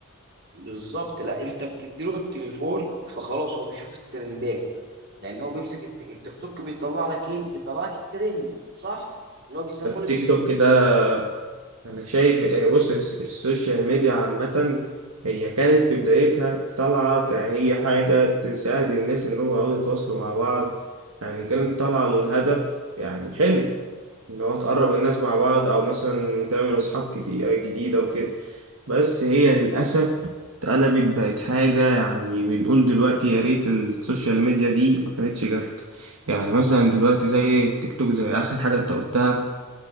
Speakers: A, on the right (about 50°); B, on the right (about 70°).
A: بالظبط لا انت بتديله التليفون فخلاص هو بيشوف الترندات لان هو بيمسك الت- التيك توك بيطلع لك ايه بيطلع لك الترند صح اللي هو بيسموه
B: تيك توك ده أنا شايف آه، بص الس- السوشيال ميديا عامة هي كانت في بدايتها طالعة كهي حاجة تساعد الناس إن هم يقعدوا يتواصلوا مع بعض يعني كانت طالعة للهدف يعني حلو إن هو تقرب الناس مع بعض أو مثلا تعمل أصحاب كتي- آه، جديدة وكده بس هي للأسف اتقلبت بقت حاجة يعني بنقول دلوقتي يا ريت السوشيال ميديا دي ما كانتش جت يعني مثلا دلوقتي زي التيك توك زي آخر حاجة أنت قلتها